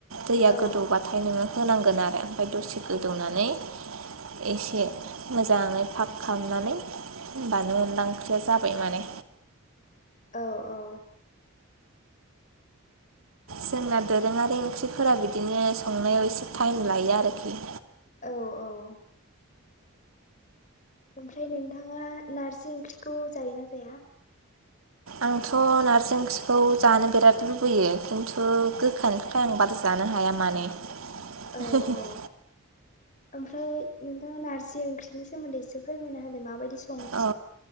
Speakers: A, on the right; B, on the left.
A: दैया
B: औ
A: गोदौबा ओमफ्राय नोङो होनांगोन आरो ओमफ्राय दसे गोदौनानै एसे मोजाङै फाख खालामनानै होमबानो अनला ओंख्रिया जाबाय माने।
B: औ औ।
A: जोंना दोरोङारि ओंख्रिफोरा बिदिनो संनायाव एसे टाइम लायो आरोखि।
B: औ औ ओमफ्राय नोंथाङा नारजि ओंख्रिखौ जायोना जाया?
A: आंथ' नारजि ओंख्रिखौ जानो बिराद लुबैयो खिन्थु गोखानि था खाय आं बारा जानो हाया माने।
B: <inaudible>
A: <unintelligible>
B: औ ओमफ्राय नोंथाङा नारजि ओंख्रिनि सोमोन्दै एसे फोरमायना हालाय माबायदि सं
A: अ